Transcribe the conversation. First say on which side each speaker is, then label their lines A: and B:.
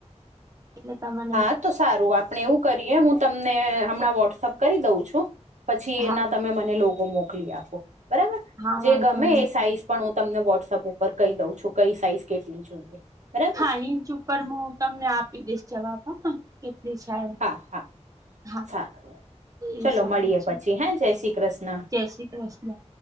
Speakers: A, on the right (about 30°); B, on the right (about 80°).
A: એટલે સમ
B: હા તો સારું આપણે એવું કરીએ હું તમને હમણાં વોટ્સઅપ કરી દઉં છું પછી
A: હા
B: એના તમે મને લોગો મોકલી આપો બરાબર
A: હા
B: જે
A: વાંધો
B: ગમે
A: નહી
B: એ
A: મોકલો
B: સાઈઝ પણ હું તમને વોટ્સઅપ ઉપર કઈ દઉં છું કઈ સાઈઝ કેટલી જોઈએ બરાબર
A: હા ઇંચ ઉપર હું તમને આપી દઈશ જવાબ હ કેટલી સાઇઝ
B: હા હા
A: હા
B: સારું ચલો
A: એ સારું
B: મળીએ
A: છે
B: પછી
A: ચલો
B: હે જય શ્રી કૃષ્ણ
A: જે શ્રી કૃષ્ણ